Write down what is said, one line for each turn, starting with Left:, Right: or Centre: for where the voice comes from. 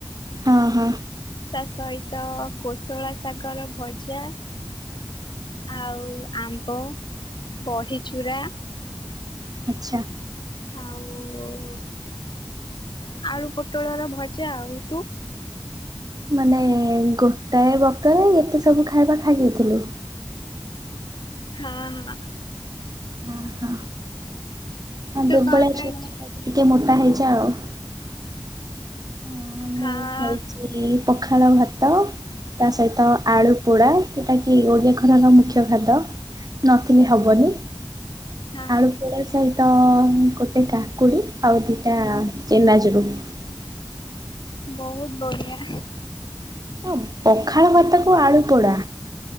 Right: ହଁ ହଁ।
Left: ତା ସହିତ କୋଶଳା ଶାଗର ଭଜା। ଆଉ ଆମ୍ବ ବଢିଚୂୁରା।
Right: ଆଚ୍ଛା।
Left: ଆଉ ଆଳୁ ପୋଟଳ ର ଭଜା ଆଉ, ତୁ?
Right: ମାନେ ଗୋଟାଏ ବତ ଏତେ ସବୁ ଖାଇବା ଖାଇ ଯାଇଥିଲୁ
Left: ହଁ।
Right: ହଁ ହଁ
Left: ତୁ
Right: ଦୁର୍ବଳିଆ
Left: କଣ ଖାଇଛୁ?
Right: ଛ ଖାଇ ଟିକେ ମୋଟା ହେଇଯା ଆଉ। ହ ମୁଁ
Left: ହଁ
Right: ଖାଇଛି ପଖାଳ ଭାତ। ତା ସହିତ ଆଳୁ ପୋଡା ଯଉଟା କିି ଓଡିଆ ଘରେ ମୁଖ୍ୟ ଖାଦ୍ୟ। ନଥିଲେ ହବନି।
Left: ହଁ
Right: ଆଳୁ ପୋଡ ସହିତ ଗୋଟେ କାକୁଡି ଆଉ ଦିଟା ଚେନାଚୁର। ହୁଁ।
Left: ବହୁତ ବଢିଆ।
Right: ହ ପଖାଳ ଭାତକୁ ଆଳୁ ପୋଡା।